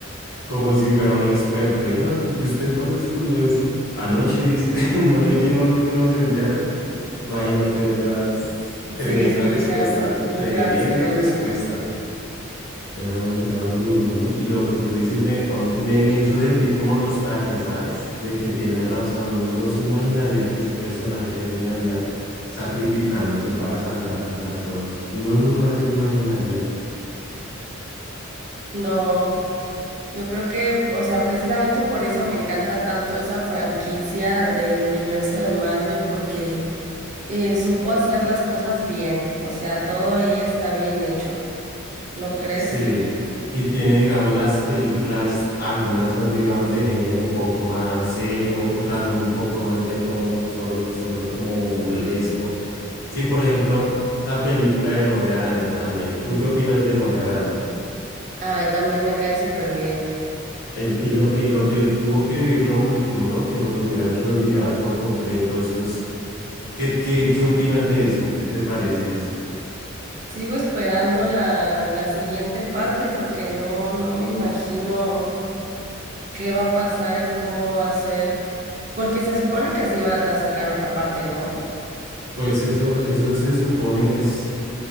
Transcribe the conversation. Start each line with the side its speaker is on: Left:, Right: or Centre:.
Left: como si fuera un experto. Y, "Ah, ¿y usted cuándo estudió eso? Anoche dice, <laughs> no leyeron lo que nos enviaron. Imagínate, o sea, es tremenda
Right: Sí, sí,
Left: respuesta,
Right: era un, un
Left: tremenda
Right: gran cerebro.
Left: respuesta. Era un, era un duro, ¿no? Y lo que tú dices me dejó a mí, me, me hizo sentir como nostalgia, ¿sabes? De que tienes razón, uno no se imaginaría que ese personaje terminaría sacrificándose para salvarlos a todos. Uno nunca se lo imaginaría.
Right: No, yo creo que, o sea, precisamente por eso me encanta tanto esa franquicia del universo de Marvel, porque eh, supo hacer las cosas bien. O sea, todo ahí está bien hecho, ¿no crees?
Left: Sí. Y tiene, digamos, las películas, algunas son, digamos, de género un poco más serio, otras son un poco más de tono solo, solo como burlesco. Sí, por ejemplo, la película del Hombre Araña también. ¿Tú qué opinas del Hombre Araña?
Right: Ay, también me cae súper bien.
Left: El- y lo que, lo que tuvo que vivir lo último, ¿no? Que lo tuvieran que olvidar por completo, eso es, ¿qué, qué, qué opinas de eso? ¿Qué te parece eso?
Right: Sigo esperando la, la siguiente parte porque no, no me imagino qué va a pasar y cómo va a ser. Porque se supone que sí van a sacar otra parte, ¿no?
Left: Pues eso, eso se supone, pues,